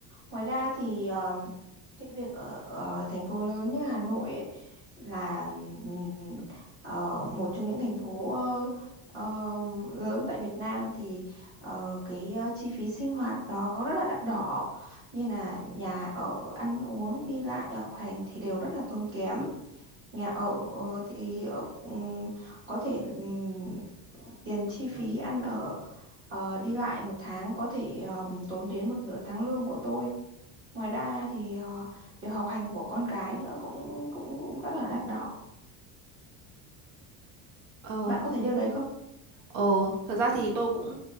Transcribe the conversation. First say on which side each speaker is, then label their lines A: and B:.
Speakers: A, on the right; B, on the right.
A: Ngoài ra thì ờ, cái việc ở, ở thành phố lớn như Hà Nội ấy, là ừ, ờ, một trong những thành phố ờ, ờ, lớn tại Việt Nam thì ờ, cái ờ, chi phí sinh hoạt nó rất là đắt đỏ như là nhà ở ăn uống đi lại học hành thì đều rất là tốn kém nhà ở ờ, thì ờ, ừm, có thể ừm, tiền chi phí ăn ở ờ, đi lại một tháng có thể ờ, tốn đến một nửa tháng lương của tôi ngoài ra thì ờ, việc học hành của con cái nữa cũng cũng cũng rất là đắt đỏ
B: Ờ
A: bạn có thấy điều đấy không
B: Ờ, thật ra thì tôi cũng